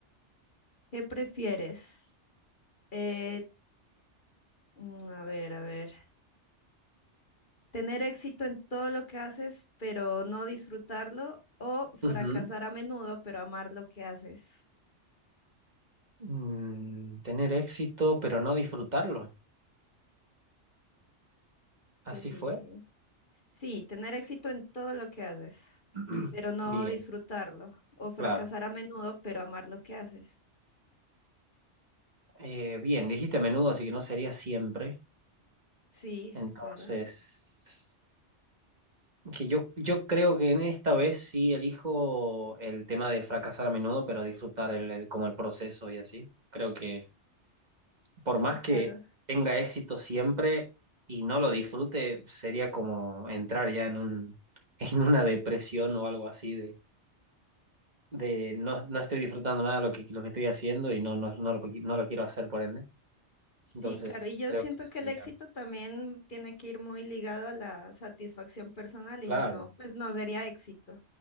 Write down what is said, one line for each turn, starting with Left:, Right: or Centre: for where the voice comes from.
Left: ¿qué prefieres? Eh, mm, a ver, a ver. ¿Tener éxito en todo lo que haces, pero no disfrutarlo? ¿O fracasar
Right: Ujú.
Left: a menudo, pero amar lo que haces?
Right: Mm, tener éxito, pero no disfrutarlo. Así
Left: Pues sí,
Right: fue.
Left: sí. Sí, tener éxito en todo lo que haces,
Right: <clears throat>
Left: pero no
Right: Bien,
Left: disfrutarlo, o fracasar
Right: claro.
Left: a menudo, pero amar lo que haces.
Right: Eh, bien, dijiste a menudo, así que no sería siempre.
Left: Sí,
Right: Entonces,
Left: claro,
Right: que yo, yo creo que en esta vez sí elijo el tema de fracasar a menudo, pero disfrutar el, el- como el proceso y así. Creo que por
Left: sí,
Right: más
Left: claro,
Right: que tenga éxito siempre y no lo disfrute, sería como entrar ya en un, <laughs> en una depresión o algo así de, de no, no estoy disfrutando nada lo que, lo que estoy haciendo y no, no, no lo, no lo quiero hacer por ende.
Left: sí,
Right: Entonces,
Left: claro. Y yo
Right: creo
Left: siento
Right: que
Left: que
Right: sí,
Left: el éxito
Right: claro.
Left: también tiene que ir muy ligado a la satisfacción personal y
Right: Claro,
Left: si no, pues no sería éxito.